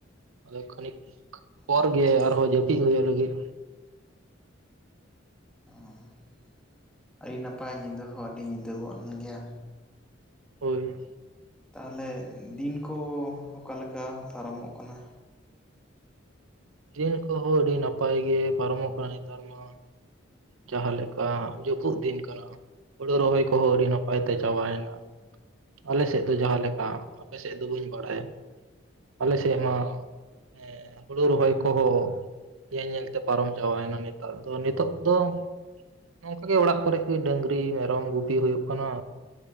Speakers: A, on the right (about 85°); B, in the centre.
A: ᱟᱫᱚ ᱠᱷᱟᱹᱱᱤᱠ ᱯᱚᱨ
B: ᱟᱪᱪᱷᱟ
A: ᱜᱮ ᱟᱨᱦᱚᱸ ᱡᱟᱹᱯᱤᱫ ᱦᱩᱭᱩᱜ ᱞᱟᱹᱜᱤᱫ᱾
B: <unintelligible> ᱟᱹᱰᱤ ᱱᱟᱯᱟᱭ ᱧᱤᱫᱟᱹ ᱦᱚᱸ ᱟᱹᱰᱤ ᱧᱤᱫᱟᱹ ᱜᱚᱫ ᱜᱮᱭᱟ᱾
A: ᱦᱳᱭ
B: ᱛᱟᱦᱚᱞᱮ ᱫᱤᱱ ᱠᱚ ᱚᱠᱟᱞᱮᱠᱟ ᱯᱟᱨᱟᱢᱚᱜ ᱠᱟᱱᱟ᱾
A: ᱫᱤᱱ ᱠᱚᱦᱚᱸ ᱟᱹᱰᱤ ᱱᱟᱯᱟᱭ ᱜᱮ ᱯᱟᱨᱚᱢᱚᱜ ᱠᱟᱱᱟ ᱱᱮᱛᱟᱨ ᱢᱟ, ᱡᱟᱦᱟᱸ ᱞᱮᱠᱟ ᱡᱟᱹᱯᱩᱫ ᱫᱤᱱ ᱠᱟᱱᱟ ᱦᱳᱲᱳ ᱨᱚᱦᱚᱭ ᱠᱚᱦᱚᱸ ᱟᱹᱰᱤ ᱱᱟᱯᱟᱭ ᱛᱮ ᱪᱟᱵᱟᱭ ᱮᱱᱟ᱾ ᱟᱞᱮ ᱥᱮᱫ ᱫᱚ ᱡᱟᱦᱟᱸ ᱞᱮᱠᱟ ᱟᱯᱮ ᱥᱮᱫ ᱫᱚ ᱵᱟᱹᱧ ᱵᱟᱲᱟᱭᱟ᱾ ᱟᱞᱮ ᱥᱮᱜ ᱢᱟ ᱦᱮᱸ ᱦᱩᱲᱩ ᱨᱚᱦᱚᱭ ᱠᱚᱦᱚᱸ ᱧᱮᱞ ᱧᱮᱞ ᱛᱮ ᱯᱟᱨᱚᱢ ᱪᱟᱵᱟᱭᱮᱱᱟ ᱱᱮᱛᱟᱨ ᱫᱚ ᱱᱤᱛᱚᱜ ᱫᱚ <inaudible> ᱱᱚᱝᱠᱟ ᱜᱮ ᱚᱲᱟᱜ ᱠᱚᱨᱮᱜ ᱜᱮ ᱰᱟᱹᱝᱨᱤ ᱢᱮᱨᱚᱢ ᱜᱩᱯᱤ ᱦᱩᱭᱩᱜ ᱠᱟᱱᱟ᱾